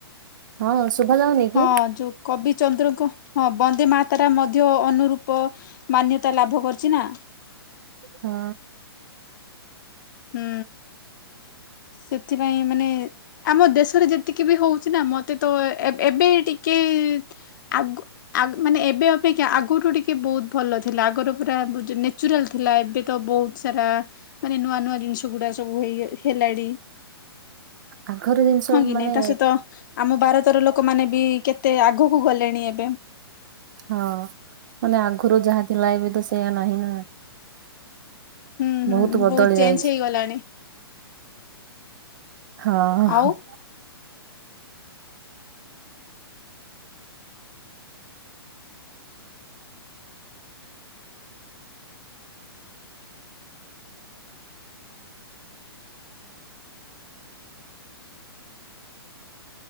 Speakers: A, on the right (about 50°); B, on the left (about 50°).
A: ହଁ ଶୁଭା ଯାଉନି କି
B: ହଁ ଯୋଉ କବି ଚନ୍ଦ୍ରଙ୍କ ହଁ ବନ୍ଦେ ମାତାରାମ ମଧ୍ୟ ଅନୁରୂପ ମାନ୍ୟତା ଲାଭ କରିଚି ନାଁ।
A: ହୁଁ।
B: ହୁଁ ସେଥିପାଇଁ ମାନେ ଆମ ଦେଶରେ ଯେତିକି ବି ହଉଚି ନା ମତେ ତ ଏବେ ଏ ଟିକେ ଆଗ ମାନେ ଏବେ ଅପେକ୍ଷା ଆଗରୁ ଟିକେ ବହୁତ ଭଲ ଥିଲା ଆଗରୁ ପୁରା ନ୍ୟେଚୁରାଲ ଥିଲା ଏବେ ତ ବହୁତ୍ ସାରା ମାନେ ନୂଆ ନୂଆ ଜିନିଷ ଗୁଡ଼ା ସବୁ ହେଇ ହେଲାଣି।
A: ଆଘର ଜିନିଷ
B: ହଁ କି
A: ମାନେ
B: ନାଇଁ ତା ସହିତ ଆମ ଭାରତ ଭାତର ଲୋକମାନେ ବି କେତେ ଆଗକୁ ଗଲେଣି ଏବେ।
A: ହଁ ମାନେ ଆଗରୁ ଯାହା ଥିଲା ଏବେ ତ ସେଇୟା ନାହିଁ ନାଁ।
B: ହୁଁ ହୁଁ
A: ବହୁତ ବଦଳି
B: ଚେଞ୍ଜ
A: ଯାଇଛି।
B: ହେଇଗଲାଣି
A: ହଁ।
B: ଆଉ